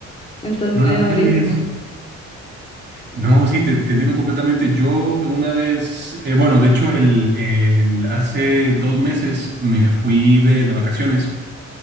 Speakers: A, on the left; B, on the right.
A: Entonces
B: No
A: me
B: la
A: dio
B: mueles.
A: durísimo,
B: No, sí, te, te entiendo completamente. Yo una vez, eh, bueno, de hecho, el, el- hace dos meses me fui de, de vacaciones